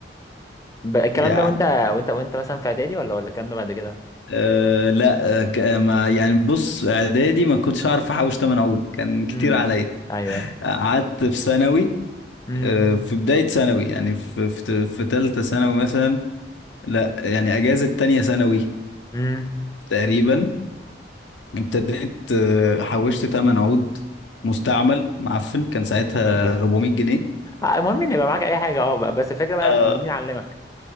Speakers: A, on the left; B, on the left.
A: ب... الكلام
B: يعني
A: ده وانت وانت وانت مثلا في اعدادي ولا ولا الكلام ده بعد كده
B: آه لا آه ك- آه، ما يعني بص اعدادي ما كنتش اعرف احوش تمن عود كان كتير
A: امم
B: عليا
A: ايوه ايوه
B: قعدت في ثانوي
A: امم
B: آه في بداية ثانوي يعني في في في ثالثة ثانوي مثلا لا يعني اجازة تانية ثانوي
A: امم
B: تقريبا ابتديت آه حوشت تمن عود مستعمل معفن كان ساعتها
A: أمم.
B: 400 جنيه
A: آه المهم ان يبقى معاك اي حاجه اه ب- بس الفكره بقى
B: آه
A: مين علمك